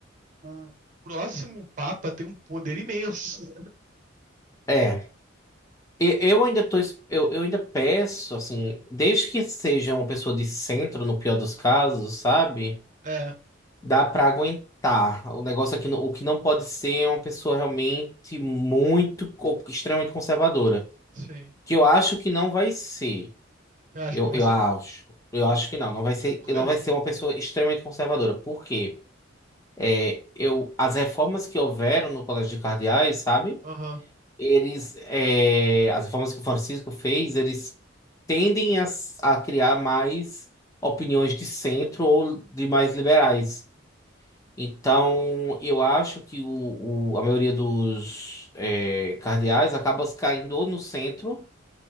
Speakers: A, on the right (about 40°); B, on the left (about 15°).
A: o próximo Papa tem um poder imenso.
B: É. E- Eu ainda tô, es- eu, eu ainda peço, assim, desde que seja uma pessoa de centro, no pior dos casos, sabe?
A: É,
B: Dá pra aguentar. O negócio aqui, o que não pode ser é uma pessoa realmente muito, co- extremamente conservadora.
A: sim.
B: Que eu acho que não vai ser.
A: Acho
B: Eu,
A: que não vai
B: eu
A: ser?
B: acho. Eu acho que não. Não vai ser,
A: Por
B: não
A: quê?
B: vai ser uma pessoa extremamente conservadora. Por quê? É, eu, as reformas que houveram no Colégio de Cardeais, sabe?
A: Aham.
B: eles, é, as reformas que o Francisco fez, eles tendem a, s- a criar mais opiniões de centro ou de mais liberais. Então, eu acho que o, o- a maioria dos é, cardeais acaba caindo ou no centro